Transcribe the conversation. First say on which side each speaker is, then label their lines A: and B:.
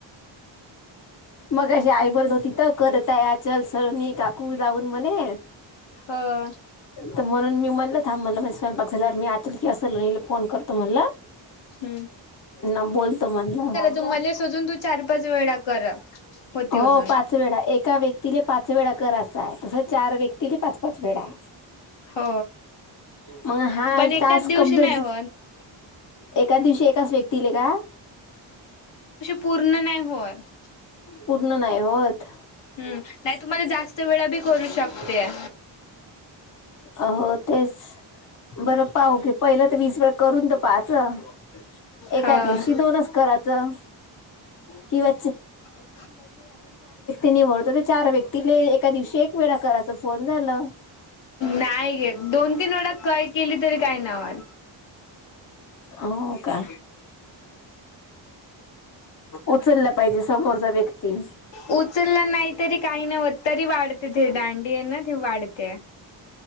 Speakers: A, on the left; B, on the left.
A: मगाशी आई बोलत होती तर कर तया चल सरणी काकू जाऊन म्हणे
B: हं,
A: त म्हणून मी म्हणलं थांब म्हणला स्वयंपाक झाल्यावर मी, आतुल किंवा सलोणीला फोन करतो म्हणलं.
B: हम्म.
A: ना बोलतो म्हणलं
B: त मले सजून तू चार, पाच वेळा कर. होते
A: हो
B: अजून
A: पाच पाच वेळा, एका व्यक्तीला पाच वेळा करायचा आहे, तसं चार व्यक्तीले पाच- पाच वेळा.
B: हो,
A: मग हा
B: पण एकाच
A: टास्क
B: दिवशी
A: कम्प्लिट
B: नाही होत
A: एका दिवशी एकाच व्यक्तीले का?
B: पुर्ण नाही होत.
A: पुर्ण नाही होत
B: हम्म,
A: हो ते
B: नाही
A: शिवच्या
B: तु मला
A: शांती
B: जास्त वेळा बी करू
A: स्फोट
B: शकतेय.
A: हो तेच बरं पाहु की, पहिलं तर वीस वेळ करून तर पाच अं, एका
B: हा
A: दिवशी दोनचं करायचं किंवा च
B: <inaudible>
A: निवडतो ते चार व्यक्तीले एका दिवशी एक वेळा करायच फोन झालं
B: नाही घेत, दोन- तीन वेळा कय, केली तरी काय नाय होत.
A: हो का? उचलला पाहिजे समोरचा व्यक्ती
B: उचलंला नाही तरी काही नाही होतं, तरी वाढते ते दांडी ये ना ती वाढते.